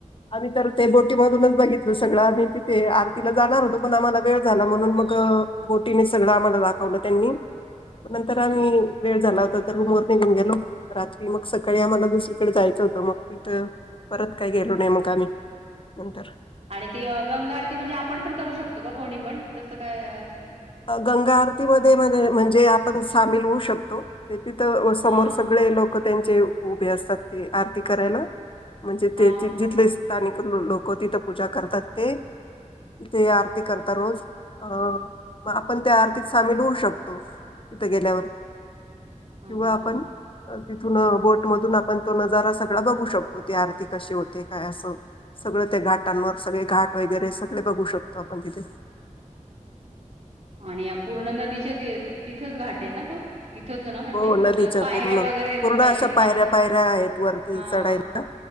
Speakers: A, on the left (about 45°); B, on the right (about 55°).
A: आमी तर ते बोटीमधूनच बघितलं सगळं आणि तिथे आरतीला जाणार होतो पण आम्हाला वेळ झाला म्हणून मग मगं बोटीने सगळं आम्हाला दाखवलं त्यांनी मग नंतर आम्ही वेळ झाला होता तर रूम वर निघून गेलो रात्री मग सकाळी आम्हाला दुसरीकडे जाय होत मग तिथं परत काय गेलो नाही मग आम्ही नंतर
B: आणि ती अं गंगा आरती म्हणजे आपण पण करू शकतो का कोणी पण तसं काय असं
A: गंगा आरतीमध्ये म्हणजे आपण सामील होऊ शकतो. तेथिथ समोर
B: हां,
A: सगळे लोक त्यांचे उभे असतात ते आरती करायला म्हणजे
B: हां.
A: ते जिथले स्थानिक लोक तिथं पूजा करतात ते त तेे आरती करता रोज अं मग आपण त्या आरतीत सामील होऊ शकतो तिथं गेल्यावर
B: हा
A: किंवा
B: हा
A: आपण
B: हा.
A: तिथून बोटमधून आपण तो नजारा सगळा बघू शकतो ती आरती कशी होते काय असं सगळं त्या घाटांवर सगळे घाट वगैरे सगळे बघू शकतो आपण तिथे
B: आणि पूर्ण नदीच्या तिथेच घाट आहे ना तो तिथंच ना म्हणजे
A: हो नदीच्या
B: असं पायऱ्या
A: पूर्ण
B: वगैरे आहेत
A: पूर्ण
B: काहीतरी
A: अशा
B: ना
A: पायऱ्या पायऱ्या आहेत वरती
B: हा
A: चढायच्या